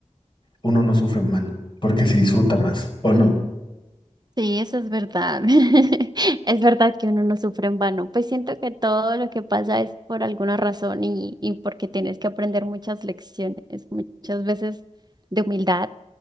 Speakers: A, on the left (about 45°); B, on the right (about 35°).
A: uno no sufre en mano porque se disfruta más, ¿o no?
B: Sí, eso es verdad. <laughs> Es verdad que uno no sufre en vano. Pues siento que todo lo que pasa es por alguna razón y, y porque tienes que aprender muchas lecciones, muchas veces de humildad